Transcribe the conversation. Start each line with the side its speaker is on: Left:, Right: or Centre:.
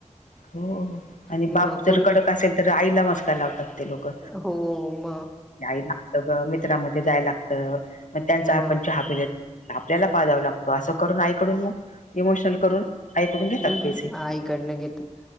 Left: हो आणि
Centre: म
Left: बाप जर
Centre: पुर
Left: कडक असेल तर आईला मस्का लावतात ते लोकं.
Centre: हो मग.
Left: आई लागतं गं, मित्रामध्ये जाय लागतं मग त्यांचा
Centre: म
Left: आपण चहा पिल आपल्याला पाजव लागतो, असं करून आईकडून मग इमोशनल करून आईकडून घेतात
Centre: <unintelligible>
Left: पैसे
Centre: आईकडनं घेतो.